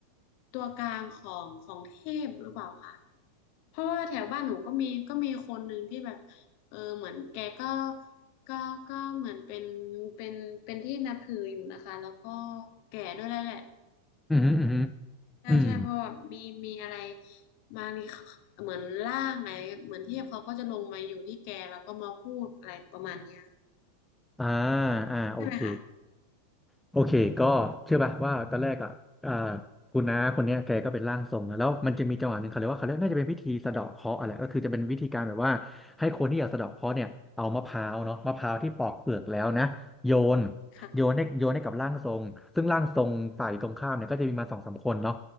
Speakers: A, on the left; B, in the centre.
A: ตัวกลางของของเทพหรือเปล่าคะเพราะว่าแถวบ้านหนูก็มีก็มีคนหนึ่งที่แบบเออเหมือนแกก็ก็ก็เหมือนเป็นเป็นเป็นที่นับถืออยู่นะคะแล้วก็แก่ด้วยแหละแหละ
B: อืมอหืมออืมอหือ
A: ใช่ใช่เพราะว่ามีมีอะไร
B: อืม
A: บางทีเหมือนร่างไหนเหมือนเทพเขาก็จะลงมาอยู่ที่แกแล้วก็มาพูดอะไรประมาณเนี้ย
B: อ่าอ่าโอเค
A: ใช่ไหมคะ
B: โอเคก็เชื่อป่ะว่าตอนแรกอ่ะอ่าคุณน้าคนเนี้ยแกก็เป็นร่างทรงนะแล้วมันจะมีจังหวะหนึ่งเขาเรียกว่าเขาเรียกน่าจะเป็นพิธีสะเดาะเคราะห์อะไรก็คือจะเป็นวิธีการแบบว่าให้คนที่อยากสะเดาะเคราะห์เนี่ยเอามะพร้าวเนาะมะพร้าวที่ปอกเปลือกแล้วนะโยน
A: ค่ะ
B: โยนให้โยนให้กับร่างทรงซึ่งร่างทรงฝ่ายตรงข้ามเนี่ยก็จะมีมาสองสามคนเนาะ